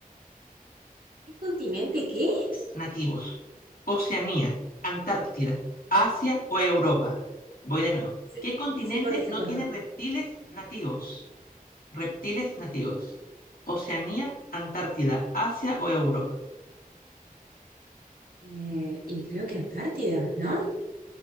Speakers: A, on the right (about 85°); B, on the left (about 75°).
A: continente qué?
B: nativos? Oceanía, Antártida, Asia o Europa. Voy de nuevo.
A: Se-
B: ¿Qué continente
A: Sí, porque se
B: no
A: cortó.
B: tiene reptiles nativos? Reptiles nativos. Oceanía, Antártida, Asia o Europa.
A: Eh, y creo que Antártida, ¿no?